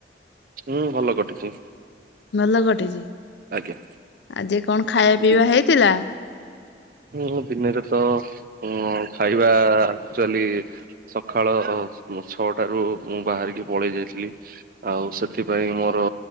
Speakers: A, on the right; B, on the left.
A: ହୁଁ ଭଲ କଟିଛି।
B: ଭଲ କଟିଛି
A: ଆଜ୍ଞା
B: <inaudible> ଆଜି କଣ ଖାଇବା ପିଇବା
A: ଦିନ
B: ହେଇଥିଲା?
A: ହୁଁ ଦିନରେ ତ ଉଁ ମ୍ ଖାଇବା ଆକ୍ଚୁଆଲି ସକାଳ ଛଟାରୁ ମୁଁ ବାହାରି ଯାଇକି ପଳେଇଥିଲି ଆଉ ସେଥିପାଇଁ ମୋର